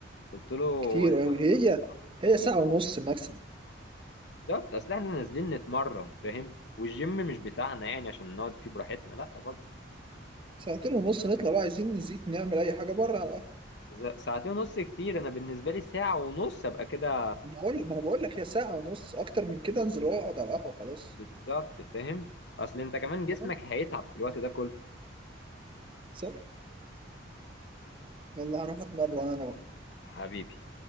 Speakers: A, on the left (about 60°); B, on the right (about 25°).
A: قلت له
B: كتير
A: انت
B: أوي
A: من
B: هي
A: طريق وانا من
B: هي
A: طريق
B: ساعة ونص ماكسيموم
A: بالظبط اصل احنا نازلين نتمرن فاهم والجيم مش بتاعنا يعني عشان نقعد فيه براحتنا لا برضه
B: ساعتين ونص نطلع بقى عايزين نزيد نعمل أي حاجة بره على القهوة
A: ز- ساعتين ونص كتير انا بالنسبه لي ساعه ونص ابقى كده
B: بقول ما أنا بقول لك هي ساعة ونص أكتر من كده أنزل وأقعد على القهوة خلاص
A: بالظبط فاهم اصل انت كمان
B: لا
A: جسمك هيتعب في الوقت ده كله
B: صح والله هروح أتمرن أنا بقى
A: حبيبي